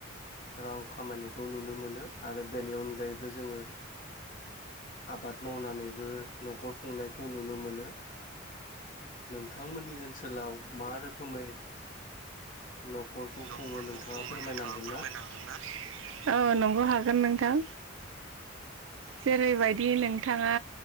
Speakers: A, on the left; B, on the right.
A: रां खामायनायखौ नुनो मोनो आरो बेनि अनगायैबो जोङो आबाद मावनानैबो न'खर खुंनायखौ नुनो मोनो नों थांमोननि ओनसोलाव मा रोखोमै न'खरखौ
B: न'खरखौ
A: खुङो नोंथाङा
B: खुङो
A: फोरमायनो
B: नोंथाङा
A: हागोन
B: फोरमायनो
A: ना
B: हागोन ना? औ नंगौ हागोन नोंथां जेरैबायदि नोंथाङा